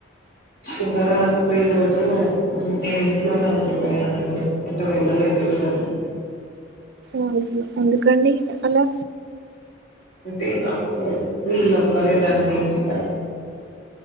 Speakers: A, on the left; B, on the right.
A: శివరాత్రి రోజు నేను ఇంట్లోనే ఉండిపోయానండి అట్ట వెళ్ళలేదు ఈసారి
B: అయ్యో ఎందుకండి అలా
A: అే నాకు వీలవ్వలేదండి ఇంక